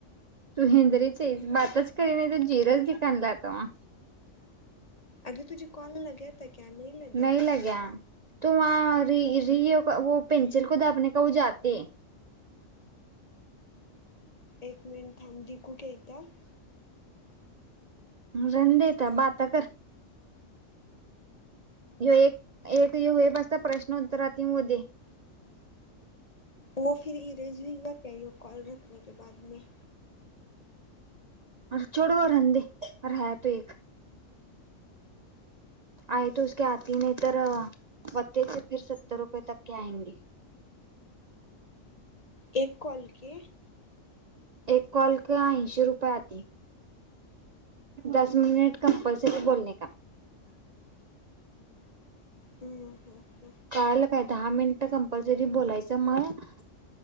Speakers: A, on the right (about 50°); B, on the left (about 35°).
A: तू हेंद्रीच है बातच करी नाही त जीरच दिकनला आता म
B: अगे तुझे कॉल लगे <unintelligible>
A: नाही लग्या त व र र व पेनसल को दापने का व जाते <unintelligible>
B: एक मिनट हम दिकू क्या इता.
A: रण देत बाता कर. य एक एक य हे बसता प्रश्न उत्तरात मध्ये
B: व फि इरेजंगा कही हो कॉल रखणे के बा मे.
A: अर छोड वो रनदे रहा तो एक. आई तोक आती नाही तर वत्तेचे फर सत्तर रुपये तक के आयंगे.
B: एक कॉल के
A: एक कॉलक ऐंशी रुपये आती. दस मिनिट कंपल्सरी बोलणे का.
B: हम्म हम्म
A: कळाल काय? दहा मिनिट कंपल्सरी बोलायच. मग